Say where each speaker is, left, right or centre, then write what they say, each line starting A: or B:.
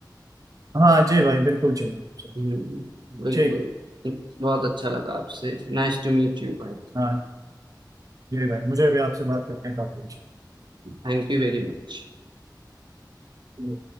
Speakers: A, on the right; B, on the right.
A: हाँ जी भाई बिल्कुल चलिए चलिए
B: हम्म बिल्कुल
A: ठीक है
B: बहुत अच्छा लगा आपसे नाइस टू मीट यू भाई
A: हाँ जी भाई मुझे भी आपसे बात करके काफी अच्छा
B: Thank you very much
A: लगा।